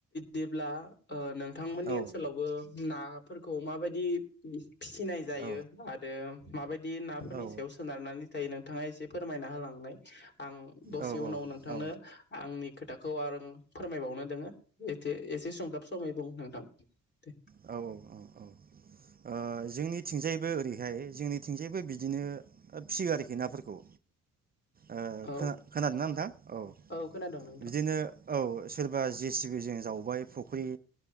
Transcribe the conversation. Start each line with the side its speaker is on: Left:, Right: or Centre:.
Left: जेब्ला ओ नोंथांमोननि
Right: औ
Left: ओनसोलावबो नाफोरखौ माबायदि फिसिनाय जायो?
Right: औ
Left: आरो माबायदि बि नाफोरनि
Right: औ
Left: सायाव सोनारनानै थायो नोंथाङा एसे फोरमायना होनाय आं दसे
Right: औ
Left: उनाव नोंथांनो
Right: औ
Left: आंनि खोथाखौ आरो फोरमायबाव नो दोङो एसे, एसे सुंथाब समाय बुं नोंथां दे
Right: औ औ ओं औ ओ जोंनिथिंजायबो ओरैहाय जोंनिथिंजायबो बिदिनो फिसियो आरोखि नाफोरखौ। ओ
Left: औ
Right: खोना खोनादोंना नोंथां औ
Left: खोनादों नोंथां
Right: बिदिनो औ सोरबा जेसिबिजों जावबाय फख्रि